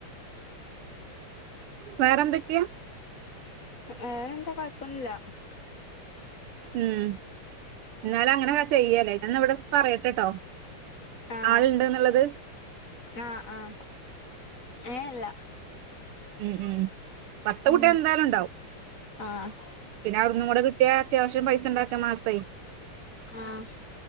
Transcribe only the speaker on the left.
വേറെന്താ കൊഴപ്പൊന്നുല്ല
ആഹ്
ആഹ് ആഹ് ഏ അല്ല
ഉം
ആഹ്
ആഹ്